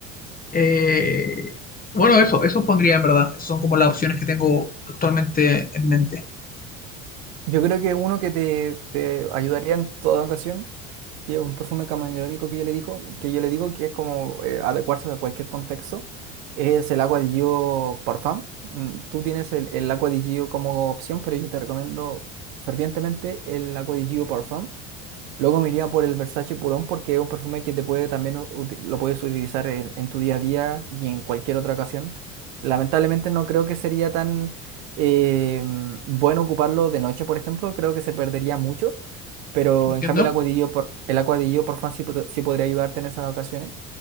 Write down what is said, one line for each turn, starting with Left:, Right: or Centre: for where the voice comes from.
Left: eh, bueno, eso, eso pondría en verdad. Esas son como las opciones que tengo actualmente en mente.
Right: Yo creo que uno que te, te ayudaría en toda ocasión, que es un perfume camaleónico que yo le digo, que yo le digo que es como eh, adecuarse a cualquier contexto, es el Agua di Gio Parfum. Mm, Tú tienes el, el Agua di Gio como opción, pero yo te recomiendo fervientemente el Agua di Gio Parfum Luego me iría por el Versace Purón porque es un perfume que te puede también u- uti- lo puedes utilizar en, en tu día a día y en cualquier otra ocasión. Lamentablemente no creo que sería tan eh, bueno ocuparlo de noche, por ejemplo. Creo que se perdería mucho. Pero
Left: ¿Entiendo?
Right: en cambio el acuadillo por, el acuadillo por fan sí, pod- sí podría ayudarte en esas ocasiones.